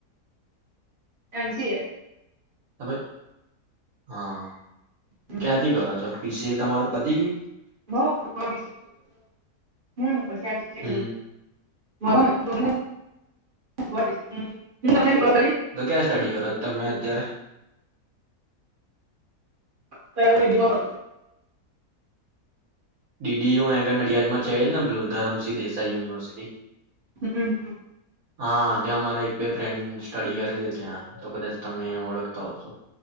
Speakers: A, on the right (about 40°); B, on the right (about 65°).
A: એમસીએ.
B: અવે હા.
A: હું
B: ક્યાથી કરો છો બીસીએ. તમારે પતી ગયુ
A: હ <inaudible>
B: હમ
A: <inaudible>
B: તો ક્યાં સ્ટડી કરો તમે અત્યારે
A: ત્યારે <unintelligible> જોવા
B: ડી ડી યુ અહીંયા આગળ નડિયાદમાં છે જ ને બ્લુ ધરમસિંહ દેસાઈ યુનિવર્સિટી.
A: હમ્મ.
B: હા ત્યાં મારા એક બે ફ્રેન્ડ સ્ટડી કરે છે ત્યાં તો કદાચ તમે ઓળખતા હશો